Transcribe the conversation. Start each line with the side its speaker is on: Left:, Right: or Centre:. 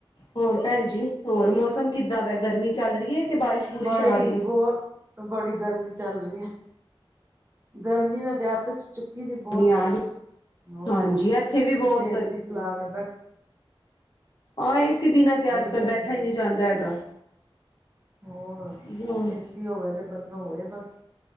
Left: ਹੋਰ ਭੈਣ ਜੀ, ਹੋਰ ਮੌਸਮ? ਕਿੱਦਾਂ ਦਾ ਗਰਮੀ ਚੱਲ ਰਹੀ ਹੈ, ਕਿ ਬਾਰਿਸ਼ ਬਾਰਿਸ਼
Right: ਬੜੀ
Left: ਆ ਰਹੀ
Right: ਬਹੁਤ
Left: ਹੈ।
Right: ਬੜੀ ਗਰਮੀ ਚੱਲ ਰਹੀ ਹੈ ਗਰਮੀ ਨਾਲ ਦਿਹਾਤ ਚ ਚੁੱਕੀ ਸੀ ਬਹੁਤ
Left: ਆ
Right: ਜ਼ਿਆਦਾ
Left: ਰਹੀ
Right: ਹੋਰ
Left: ਹਾਂਜੀ ਇੱਥੇ ਵੀ ਬਹੁਤ
Right: ਅਸੀਂ ਤੇ ਏਸੀ ਚਲਾ ਕੇ ਬੈਠੇ,
Left: ਹਾਂ ਏਸੀ ਬਿਨਾਂ ਤੇ
Right: ਬੜੀ
Left: ਅੱਜ-ਕੱਲ੍ਹ
Right: ਗਰਮੀ
Left: ਬੈਠਾ ਹੀ
Right: ਹੋਈ
Left: ਨਹੀਂ ਜਾਂਦਾ ਹੈਗਾ।
Right: ਹੋਰ
Left: ਹਮ
Right: ਏਸੀ ਹੋਵੇ ਤੇ ਬੰਦਾ ਹੋਵੇ ਬਸ